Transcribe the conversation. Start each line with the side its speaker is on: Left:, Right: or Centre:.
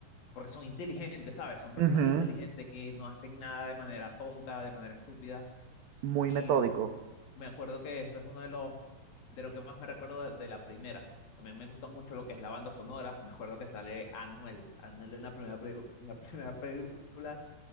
Left: porque son inteligentes, ¿sabes? Son personajes
Right: ujú,
Left: inteligentes que no hacen nada de manera tonta, de manera estúpida.
Right: Muy
Left: Y
Right: metódico.
Left: me acuerdo que eso es uno de los, de lo que más me recuerdo de, de la primera. También me gusta mucho lo que es la banda sonora. Me acuerdo que sale Anuel. Anuel en la primera, pregu- en la primera película.